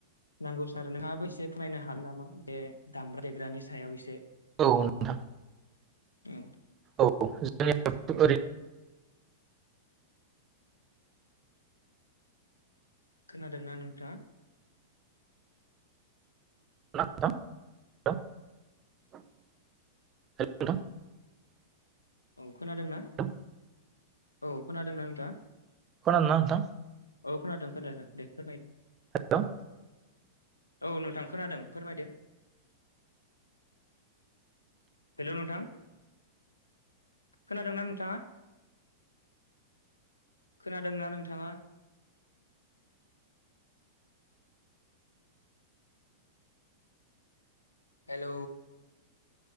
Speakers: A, on the left; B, on the right.
A: नांगौ सार नोंथांङाबो एसे फोरमायनो हा हागोन नामा बे दामग्रा देग्रानि सायाव एसे?
B: औ नोंथां।
A: औ
B: औ जोंनियावथ ओरै
A: खोनादोंना नोंथांङा?
B: <unintelligible> हेल नोंथां
A: औ खोनादों ना?
B: हेल'
A: औ खोनादोंना नोंथांङा?
B: खोनादोंना नोंथां?
A: औ खोनादों खोनादों दे फोरमाय।
B: हेल'
A: औ नोंथां खोनादों फोरमायदो। हेल' नोंथां। खोनादोंना नोंथाङा खोनादोंना नोंथाङा? हेल'